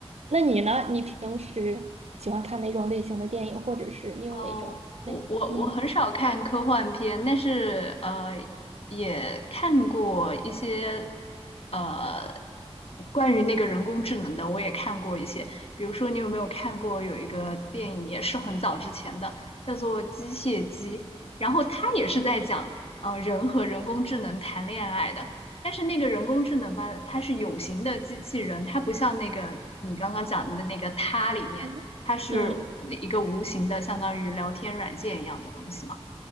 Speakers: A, on the right; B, on the left.
A: 那你呢？你平时喜欢看哪种类型的电影，或者是你有哪种类？
B: 哦，我我我很少看科幻片，
A: 嗯
B: 但是呃，也看过一些呃关于那个人工智能的，我也看过一些。比如说，你有没有看过有一个电影，也是很早之前的，叫做《机械姬》，然后它也是在讲呃人和人工智能谈恋爱的。但是那个人工智能吧，它是有形的机器人，它不像那个你刚刚讲的那个它里面。
A: 嗯嗯，
B: 它是一个无形的，相当于聊天软件一样的东西嘛。